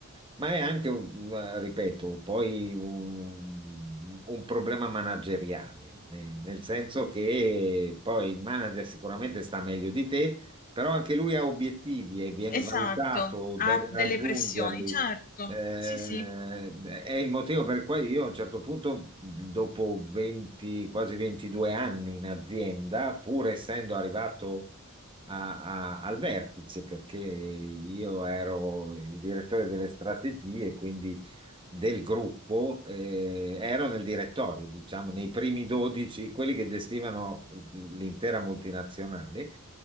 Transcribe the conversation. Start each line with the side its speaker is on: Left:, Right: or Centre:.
Right: Ma è anche, un- ripeto, poi un, un problema manageriale, ne- nel senso che poi il manager sicuramente sta meglio di te, però anche lui ha obiettivi e viene
Left: Esatto,
Right: valutato, deve
Left: ha
Right: raggiungerli.
Left: delle pressioni, certo.
Right: Eh,
Left: Sì, sì.
Right: è il motivo per cui io a un certo punto, dopo 20, quasi 22 anni in azienda, pur essendo arrivato a- a- al vertice, perché io ero il direttore delle strategie, quindi del gruppo, eh, ero nel direttorio, diciamo, nei primi 12, quelli che gestivano l'intera multinazionale.